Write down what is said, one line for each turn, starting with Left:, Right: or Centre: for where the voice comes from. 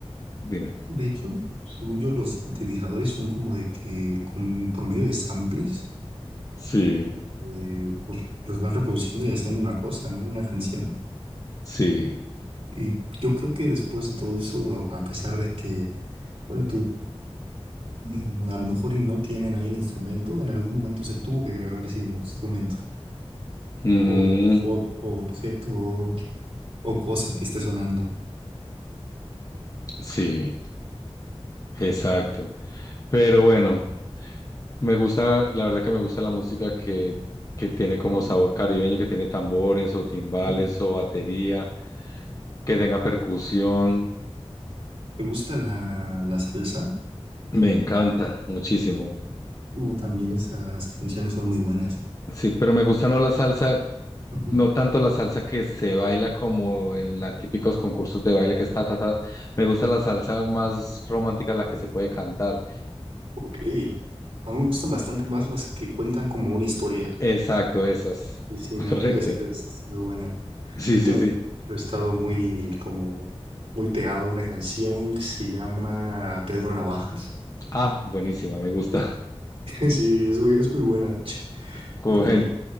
Left: dime.
Right: De hecho, según yo, los sintetizadores son como de que con, por medio de samples,
Left: Sí,
Right: eh, pues los van reproduciendo y haciendo una cosa, ¿no? Una canción.
Left: sí.
Right: Y yo creo que después de todo eso, a pesar de que, ponle tú, mm, a lo mejor y no tienen ahí el instrumento, en algún momento se tuvo que grabar ese instrumento
Left: Ujú,
Right: o, o- o objeto o, cosa que esté sonando.
Left: sí, exacto. Pero bueno, me gusta, la verdad que me gusta la música que, que tiene como
Right: Ujú.
Left: sabor caribeño, que tiene tambores o timbales
Right: Uh,
Left: o batería, que tenga percusión.
Right: Me gusta la, la salsa.
Left: Me encanta muchísimo.
Right: Uh, también esas canciones son muy buenas.
Left: Sí, pero me gusta no la salsa,
Right: Ujú.
Left: no tanto la salsa que se baila como en los típicos concursos de baile que está, ta, ta. Me gusta la salsa más romántica, la que se puede cantar.
Right: Ok. A mí me gustan bastante más las que cuentan como una historia.
Left: Exacto, esas.
Right: Y sí,
Left: <laughs>
Right: no,
Left: Correcto.
Right: es que es muy buena.
Left: Sí,
Right: Últimamente
Left: sí, sí.
Right: yo he estado muy, como, muy pegado a una canción que se llama Pedro Navajas.
Left: Ah, buenísima, me gusta.
Right: Sí, <laughs> sí, es muy, es muy buena, de hecho.
Left: <laughs> Como
Right: Y,